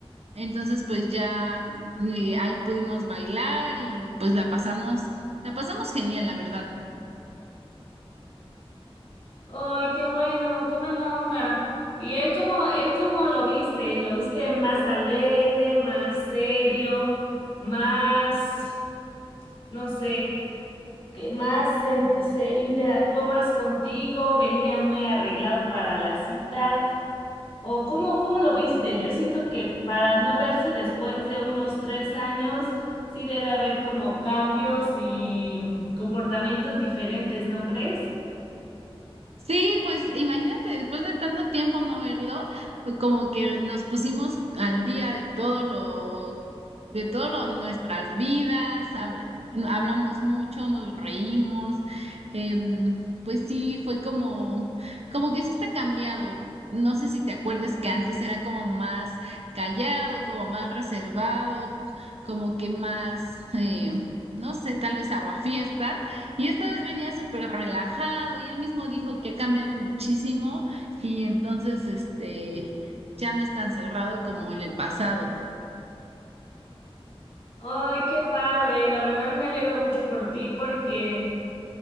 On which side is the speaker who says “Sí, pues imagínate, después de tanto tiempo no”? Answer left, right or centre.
Right